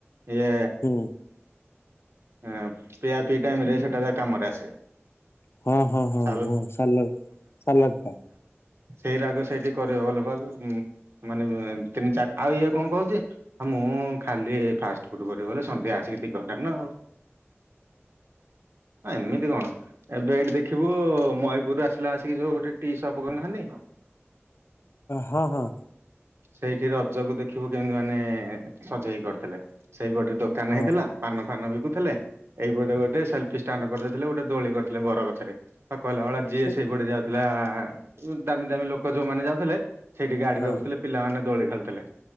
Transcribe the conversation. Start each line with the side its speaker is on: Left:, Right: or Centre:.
Right: ଇଏ
Left: ହୁଁ
Right: ଆ ପିଆ ପିଇ ଟାଇମ୍ ରେ ସେଟା ଯା କାମରେ ଆସେ।
Left: ହଁ ହଁ ହଁ
Right: ସାଲ
Left: ହଁ ସାଲଟ୍ ସାଲାଟ୍ ଟା।
Right: ସେଇ ରାଗ ସେଇଠି କରିବ ଭଲ ବା ମାନେ ତିନି ଚାର ଆଉ ଇଏ କଣ କହୁଛି ମୁଁ ଖାଲି ଫାଷ୍ଟ୍ ଫୁଡ୍ କରିବି ବୋଲି ସନ୍ଧ୍ୟାରେ ଆସିବି ଦି ଘଣ୍ଟା ନା ଆଉ ଏମିତି କଣ ଏବେ ଏଠି ଦେଖିବୁ ମୟୀପୁରରୁ ଆସିଲା ଆସିକି ଯୋଉ ଗୋଟେ ଟି ସପ୍ କରିନାହାନ୍ତି
Left: ହଁ ହଁ।
Right: ସେଇଠି ରଜକୁ ଦେଖିବୁ କେମିତି ମାନେ ସଜେଇ କି କରିଥିବେ। ସେଇପଟେ ଦୋକାନ
Left: ହଁ
Right: ହେଇଥିଲା ପାନ ଫାନ ବି ଥିଲେ ଏଇପଟେ ଗୋଟେ ସେଲଫି ଷ୍ଟାଣ୍ଡ୍ କରିଦେଇଥିଲେ ଗୋଟେ ଦୋଳି କରିଥିଲେ ବର ଗଛରେ। କହିଲା ଭଳିଆ ଯିଏ
Left: ସେ
Right: ସେଇପଟେ ଯାଉଥିଲା ହଁ। ଦାମି ଦାମୀ ଲୋକ ଯୋଉମାନେ ଯାଉଥିଲେ ସେଇଠି ଗାଡି
Left: ହଁ
Right: ରଖୁଥିଲେ। ସେମାନେ ଦୋଳି ଖେଳୁଥିଲେ